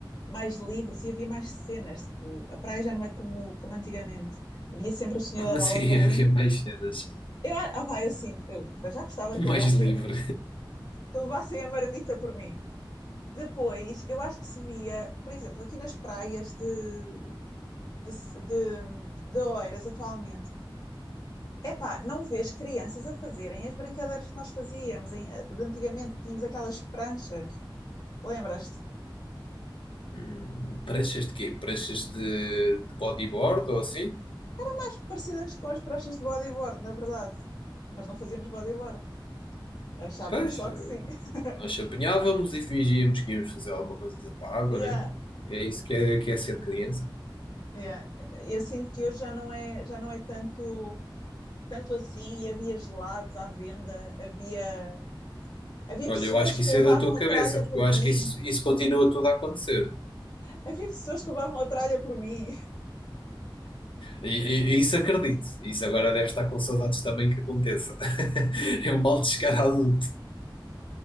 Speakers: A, on the left (about 50°); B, on the left (about 80°).
A: mais livres e havia mais cenas. Tipo, a praia já não é como, como antigamente. Havia sempre o Senhor
B: Como
A: da Bola
B: assim
A: de Berlim.
B: <laughs> havia mais cenas?
A: Eu, ah, ah, pá, eu sinto, eu para já gostava
B: Mais
A: que levassem
B: livre?
A: que levassem a marmita por mim. Depois, eu acho que se via, por exemplo, aqui nas praias de, de, de, de Oeiras atualmente, epá, não vês crianças a fazerem as brincadeiras que nós fazíamos em, eh, de antigamente, que tínhamos aquelas pranchas Lembras-te?
B: Hum, pranchas de quê? Pranchas de, de bodyboard ou assim?
A: Mais parecidas com as pranchas de bodyboard, na verdade. Mas não fazíamos bodyboard. Achávamos
B: Pois,
A: só
B: eh,
A: que sim. <laughs>
B: nós se apanhávamos e fingíamos que íamos fazer alguma coisa para a água,
A: Yeah,
B: né? É isso que é, que é ser criança.
A: yeah. Eu sinto que hoje já não é, já não é tanto, tanto assim. Havia gelados à venda, havia, havia
B: Olha,
A: pessoas
B: eu acho que
A: que
B: isso
A: levavam
B: é da tua cabeça,
A: a tralha
B: porque
A: por
B: eu
A: mim.
B: acho que isso, isso continua tudo a acontecer.
A: Havia pessoas que levavam a tralha por mim.
B: E, e- e isso acredito. Isso agora deve estar com saudades também que aconteça. <laughs> É um mal descarado.